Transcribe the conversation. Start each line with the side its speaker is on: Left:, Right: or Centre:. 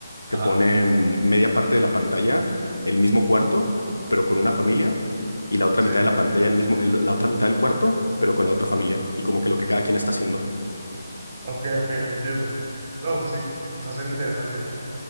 Right: Ajá,
Left: te ponen media parte de la pantalla, el mismo cuarto, pero con una familia, y la otra
Right: sí.
Left: mitad de la pantalla, el mismo, el- la otra mitad del cuarto, pero con la otra familia. Y como que lo que cada quien está haciendo.
Right: Ok, ok, entiendo. No, pues sí. O sea, suena interesante, ¿eh?